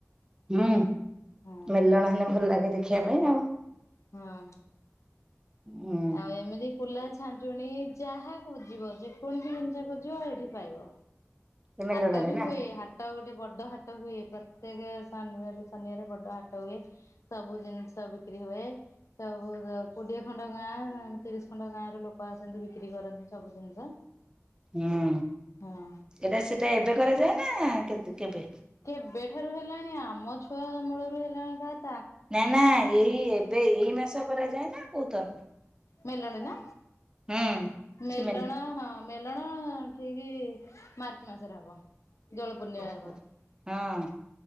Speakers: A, on the right; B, on the left.
A: ହୁଁ ମେଲଣ
B: ହଁ
A: ହେଲେ ଭଲ ଲାଗେ ଦେଖିବା ପାଇଁ ଆଉ
B: ହଁ
A: ହୁଁ
B: ଆଉ ଏମିତି କୁଲା ଛାଞ୍ଚୁଣୀ ଯାହା ଖୋଜିବ ଯେକୌଣସି ଜିନିଷ ଖୋଜିବ ଏଇଠି ପାଇବ
A: ସେ ମେଲଣରେ
B: ହାଟ ବି
A: ନା
B: ହୁଏ ହା ଟ ଗୋଟେ ବଡ ହାଟ ହୁଏ ପ୍ରତ୍ୟେକ ଶନିବାର ରୁ ଶନିବାର ବଡ ହାଟ ହୁଏ। ସବୁ ଜିନିଷ ବିକ୍ରି ହୁଏ ସବୁ କୋଡିଏ ଖ ଣ୍ଡ ଗାଁ ତିରିଶ ଖଣ୍ଡ ଗାଁ ର ଲୋକ ଆସନ୍ତି ବିକ୍ରି କରନ୍ତି ସବୁ ଜିନିଷ।
A: ହୁଁ
B: ହଁ
A: ଏଟା ସେଟା ଏବେ କରାଯାଏ ନା କେ କେବେ?
B: କେବେ ଠାରୁ ହେଲାଣି ଆମ ଛୁଆ ଅମଳରୁ ହେଲାଣି କାହା।
A: ନା ନା ଏଇ ଏବେ ଏଇ ମାସ କରାଯାଏ ନା କୋଉ ଥର।
B: ମେଲଣ ନା
A: ହୁଁ
B: ମେଲଣ
A: ସେ
B: ହଁ। ମେଲଣ ଠିକି ମାର୍ଚ୍ଚ ମାସରେ ହବ। ଦୋଳ ପୂର୍ଣ୍ଣିମା
A: ଓହୋ
B: ହବ
A: ହଁ